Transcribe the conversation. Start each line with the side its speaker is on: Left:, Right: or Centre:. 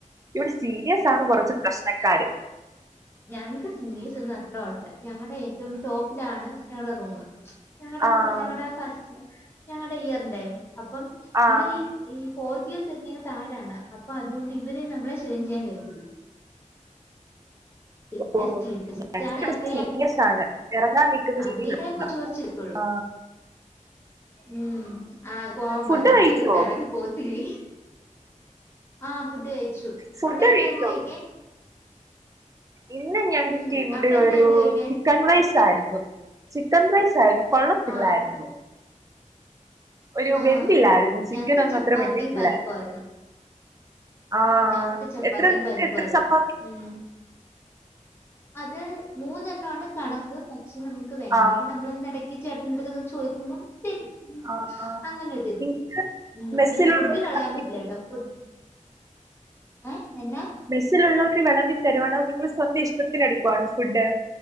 Right: ഇവിടെ സീനിയസ് ആണ് കുറച്ച് പ്രശ്നക്കാര്.
Left: ഞങ്ങക്ക് സിംഗേഴ്സ് ഒന്നും അത്രകൊഴപ്പല്ല ഞങ്ങളുടെ ഏറ്റവും ടോപ്പിലാണ് ഞങ്ങളുടെ റൂമ് ഞങ്ങൾടെ
Right: ആഹ്
Left: റൂമില് ഞങ്ങടെ ഫസ്റ്റ് ഞങ്ങൾടെയ്യർന്റെകെ അപ്പം
Right: ആഹ്
Left: ഇവരി ഈ ഫോർത്ത് ഇയർസ് ഒക്കെ താഴെ ആണ് അപ്പൊ അതുകൊണ്ട് ഇവര് നമ്മളെ ഷൈൻ ചെയ്യാൻ വരത്തില്ല പിന്നെ
Right: <unintelligible>
Left: സീരിയസ് ആണെ അറിയാം അതിന്റേതായ കുറച്ച് കുറച്ച് എടുക്കുള്ളൂ
Right: ആ
Left: ഉം ആഹ പോവാൻ
Right: ഫുഡ്
Left: പറന്നേ
Right: കഴിച്ചോ
Left: അവരിപ്പ ഇറങ്ങി പോത്തില്ലേ ആ ഫുഡ് കഴിച്ചു
Right: ഫുഡ്
Left: അവിടെ
Right: കഴിച്ചോ
Left: എന്നാ ഇന്ന് കഴിക്കാൻ?
Right: ഇന്ന് ഞങ്ങക്ക്
Left: ഉം
Right: ഇവിടെ
Left: അവിടെ എന്നായിരുന്നു
Right: ഒരു
Left: കഴിക്കാൻ
Right: ചിക്കൻ റൈസ് ആയിരുന്നു ചിക്കൻ റൈസ് ആയിരുന്നു കൊള്ളത്തില്ലായിരുന്നു
Left: ആ
Right: ഒരു
Left: ആ
Right: വെന്തില്ലായിരുന്നു ചിക്കൻ
Left: ഞങ്ങക്ക്
Right: ഒന്നും
Left: ചപ്പാത്തിയും
Right: അത്ര വെന്തിട്ടില്ല
Left: പരിപ്പുംആയിരുന്നു.
Right: ആ
Left: ആഹ് ഞങ്ങക്ക് ചപ്പാത്തിയും
Right: എത്ര
Left: പരിപ്പുംആയിരുന്നു
Right: എത്ര ചപ്പാത്തി
Left: അത് മൂന്നെണ്ണമാണ് കണക്ക്, പക്ഷെ നമുക്ക് വേണമെങ്കിൽ
Right: ആ
Left: നമ്മൾന്ന് ഇട- ഈ ചേട്ടൻ്റട്ത്ത്ന്നും ചോദിക്കുബം ത്തരും. ഉ
Right: ആ ആ
Left: അങ്ങനോരിത്
Right: നിങ്ങക്ക്
Left: ഉ
Right: മെസ്സിലുള്ള
Left: പിന്നെ ഫുഡ് കളയാൻ പറ്റില്ല കേട്ടോ ഫു ഏ എന്നാ
Right: മെസ്സിലുള്ളവര് വിളമ്പി തരുവാണോ നിങ്ങൾ സ്വന്തം ഇഷ്ടത്തിന് എടുക്കുവാണോ ഫുഡ്